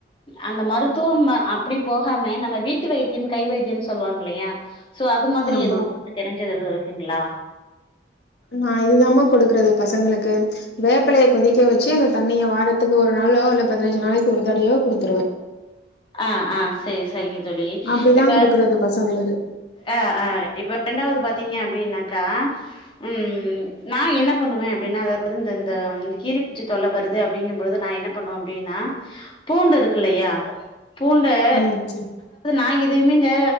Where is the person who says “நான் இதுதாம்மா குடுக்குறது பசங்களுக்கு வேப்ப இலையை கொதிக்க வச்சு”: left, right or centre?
Left